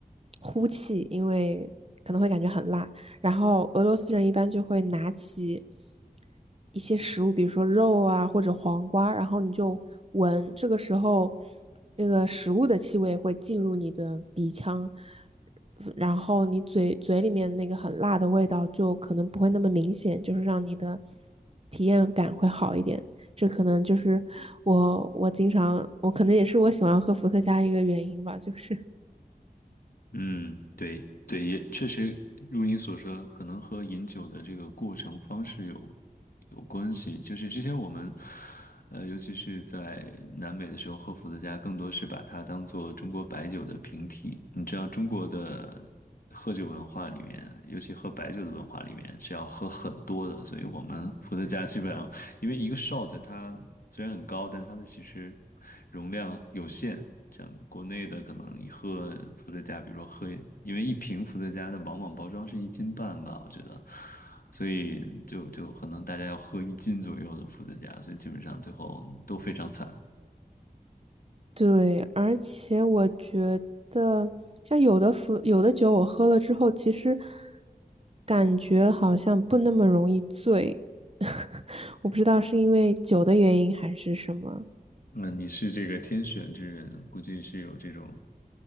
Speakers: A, on the right (about 40°); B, on the left (about 65°).
A: 呼气，因为可能会感觉很辣。然后俄罗斯人一般就会拿起一些食物，比如说肉啊或者黄瓜，然后你就闻，这个时候那个食物的气味会进入你的鼻腔，然后你嘴嘴里面那个很辣的味道就可能不会那么明显，就是让你的体验感会好一点。这可能就是我我经常我可能也是我喜欢喝伏特加一个原因吧，就是
B: 嗯，对对，也确实如你所说，可能和饮酒的这个过程方式有有关系。就是之前我们，呃，尤其是在南美的时候，喝伏特加更多是把它当做中国白酒的平替。你知道中国的喝酒文化里面，尤其喝白酒的文化里面是要喝很多的，所以我们伏特加基本上因为一个 shot 它虽然很高，但它的其实容量有限。像国内的可能一盒伏特加，比如说喝，因为一瓶伏特加的往往包装是一斤半吧，我觉得，所以就就可能大家要喝一斤左右的伏特加，所以基本上最后都非常惨。
A: 对，而且我觉得像有的伏有的酒我喝了之后，其实感觉好像不那么容易醉，<laughs> 我不知道是因为酒的原因还是什么。
B: 那你是这个天选之人，估计是有这种